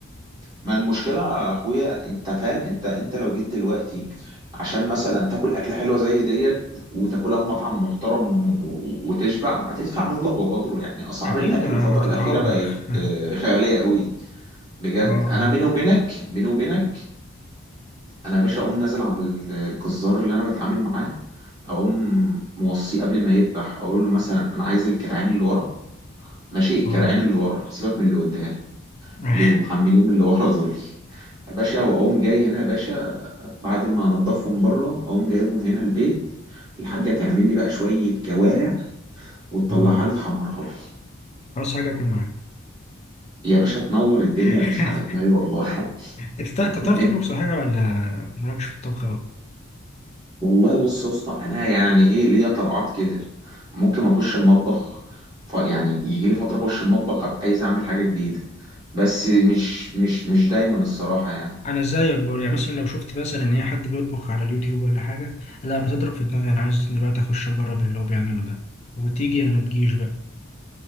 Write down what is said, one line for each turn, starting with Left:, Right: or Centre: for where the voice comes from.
Right: ما المشكلة يا اخويا انت فاهم انت انت لو جيت دلوقتي عشان مثلا تاكل اكلة حلوة زي ديت وتاكلها في مطعم محترم و- وتشبع هتدفع مبلغ وقدره يعني اسعار
Left: اكيد
Right: الاكل
Left: هتتعور
Right: الفترة الاخيرة بقت
Left: <laughs>
Right: آه، غالية قوي بجد
Left: اه اه
Right: انا بيني وبينك بيني وبينك انا يا باشا اقوم نازل على الجزار اللي انا بتعامل معاه اقوم موصيه قبل ما يذبح اقول له مثلا انا عايز الكرعين اللي ورا ماشي الكرعين
Left: اه
Right: اللي ورا سيبك من اللي قدام
Left: <laughs>
Right: بيبقوا محملين اللي ورا دول يا باشا واقوم جاي هنا يا باشا بعد ما انضفهم بره اقوم جايبهم هنا البيت الحاجه تعمل لي بقى شويه كوارع وتطلعها
Left: مم.
Right: لي تحمرها لي
Left: خلاص حاجة اكل معاك
Right: يا باشا تنور الدنيا
Left: <laughs>
Right: يا باشا على دماغي والله
Left: انت انت بتعرف
Right: <laughs>
Left: تطبخ صحيح ولا مالكش في الطبخ اوي؟
Right: والله بص يا اسطى انا يعني ايه ليا طلعات كده ممكن اخش المطبخ ف يعني يجي لي فتره اخش المطبخ ابقى عايز اعمل حاجه جديده بس مش مش مش دايما الصراحه يعني
Left: انا ازاي اكبر يعني مثلا لو شفت مثلا ان هي حد بيطبخ على اليوتيوب ولا حاجه لا بتضرب في دماغي انا عايز دلوقتي اخش اجرب اللي هو بيعمله ده وتيجي يا ما تجيش بقى